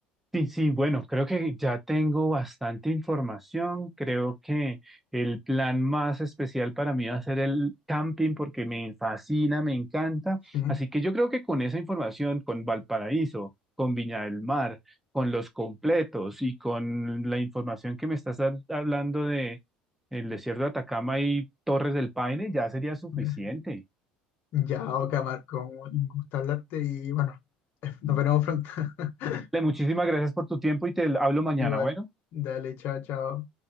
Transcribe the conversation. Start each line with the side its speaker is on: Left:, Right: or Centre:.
Centre: Sí, sí, bueno, creo que ya tengo bastante información. Creo que el plan más especial para mí va a ser el camping porque me fascina, me encanta.
Left: Sí,
Centre: Así que yo creo que con esa información, con Valparaíso, con Viña del Mar, con los completos y con la información que me estás hab- hablando de el desierto de Atacama y Torres del Paine, ya sería suficiente.
Left: ya, ya, Oka, Marco, un gusto hablarte y bueno, <laughs> nos veremos pronto. <laughs>
Centre: Le muchísimas gracias por tu tiempo y te hablo mañana,
Left: Igual,
Centre: bueno.
Left: dale, chao, chao.